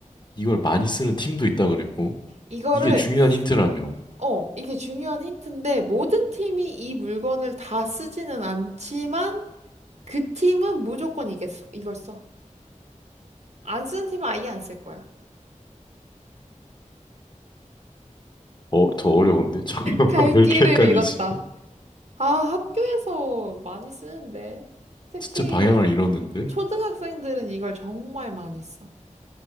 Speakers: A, on the left (about 35°); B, on the right (about 55°).
A: 이걸 많이 쓰는 팀도 있다 그랬고.
B: 이거를
A: 이게 중요한 힌트라며.
B: 어, 이게 중요한 힌트인데, 모든 팀이 이 물건을 다 쓰지는 않지만, 그 팀은 무조건 이겠어. 이걸 써. 안 쓰는 팀은 아예 안 쓸 거야.
A: 어, 더 어려운데? 잠깐만,
B: 갈
A: <laughs> 왜
B: 길을
A: 이렇게 헷갈리지?
B: 잃었다. 아, 학교에서 많이 쓰는데. 특히
A: 진짜 방향을 잃었는데?
B: 초등학생들은 이걸 정말 많이 써.